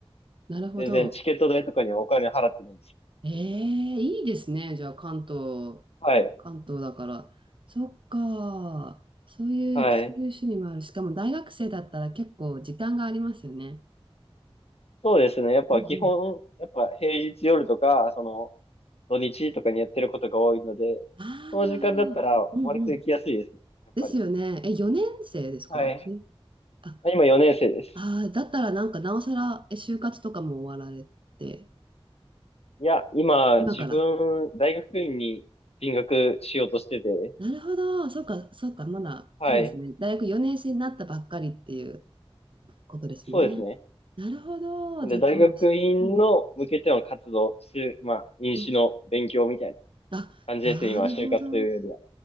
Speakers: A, on the right (about 55°); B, on the left (about 85°).
A: なるほど。
B: 全然チケット代とかにはお金払ってないんです。
A: ええいいですね。じゃあ、関東、
B: はい。
A: 関東だから。そっか。そういう、
B: はい。
A: そういう趣味もある。しかも大学生だったら結構時間がありますよね。
B: そうですね。やっぱ基本、
A: うん、うん。
B: やっぱ平日夜とか、その、土日とかにやってることが多いので、
A: ああ、
B: その時間だったら割と行きやすいですね。
A: なるほど。うんうん。
B: やっぱり。
A: ですよね。え、4年生ですかね。
B: はい。
A: あ、
B: あ今4年生です。
A: あー、だったらなんかなおさら、え、就活とかも終わられて、
B: いや、今、
A: 今から。
B: 自分、大学院に進学しようとしてて、
A: なるほど。そうか、そうか、まだ、
B: はい。
A: そうですね。大学4年生になったばっかりっていうことですもんね。
B: そうですね。
A: なるほど。
B: なんで、
A: じゃ、
B: 大学院の向けての活動、
A: もう、うん、
B: しまあ、入試の勉強みたいな
A: うん。あ、
B: 感じですね、
A: なるほど。
B: 今、就活というよりは。